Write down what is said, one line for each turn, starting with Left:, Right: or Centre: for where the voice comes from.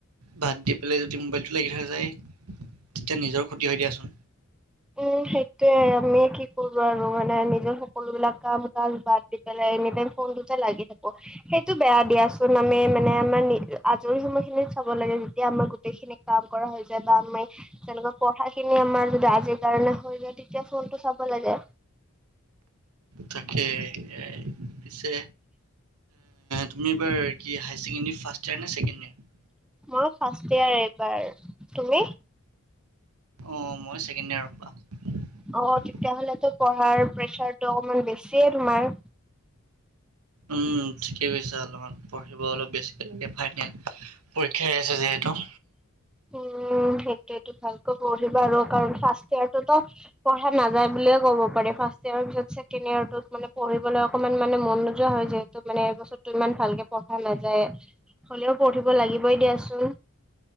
Right: বাদ দি পেলাই যদি মোবাইলটো লাগি থকা যায়, তেতিয়া নিজৰ ক্ষতি হয় দিয়াচোন।
Centre: উম, সেইটোৱে আমি কি কৰোঁ আৰু। মানে নিজৰ সকলোবিলাক কাম-কাজ বাদ দি পেলাই এনিটাইম ফোনটোতে লাগি থাকোঁ সেইটো বেয়া দিয়াচোন, আমি মানে আমাৰ আজৰি সময়খিনিত চাব লাগে যেতিয়া আমাৰ গোটেইখিনি কাম কৰা হৈ যায় বা আমি তেনেকুৱা পঢ়াখিনি আমাৰ যদি আজ কাৰণে হৈ যায় তেতিয়া ফোনটো চাব লাগে।
Right: তাকেই এ পিছে তুমি এইবাৰ কি হায়াৰ ছেকেণ্ডেৰী ফাৰ্ষ্ট ইয়েৰ নে ছেকেণ্ড ইয়েৰ?
Centre: মইয়ো ফাৰ্ষ্ট ইয়াৰ এইবাৰ। তুমি?
Right: অহ, মই ছেকেণ্ড ইয়াৰৰ পা'।
Centre: অ' তেতিয়াহলেতো পঢ়াৰ প্ৰেচাৰতটো অকমান বেছিয়ে তোমাৰ।
Right: উম, ঠিকে কৈছা অলপমান পঢ়িব অলপ বেছিকে লাগে ফাইনেল পৰীক্ষা হৈ আছে যিহেতু।
Centre: উম। সেইটোৱেইটো ভালকৈ পঢ়িবা আৰু কাৰণ ফাৰ্ষ্ট ইয়েৰটতো পঢ়া নাযায় বুলি ক'ব পাৰি ফাৰ্ষ্ট ইয়াৰ পিছত ছেকেণ্ডত ইয়াৰটোত মানে পঢ়িবলৈ অকণ মানে মন নোযোৱা হয়, যিহেতু মানে এই বছৰতটো ইমান ভালকে পঢ়ো কথা নাযায় হ'লেও পঢ়িব লাগিবই দিয়াচোন।